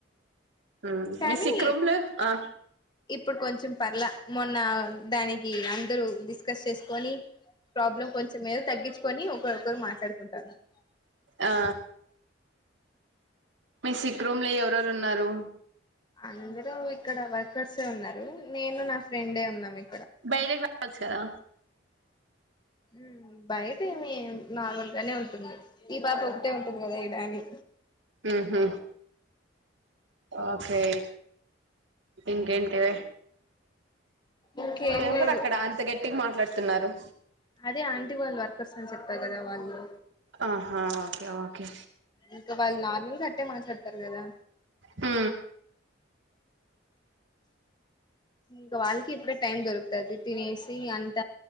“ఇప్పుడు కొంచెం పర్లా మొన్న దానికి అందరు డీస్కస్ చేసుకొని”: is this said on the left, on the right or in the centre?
Left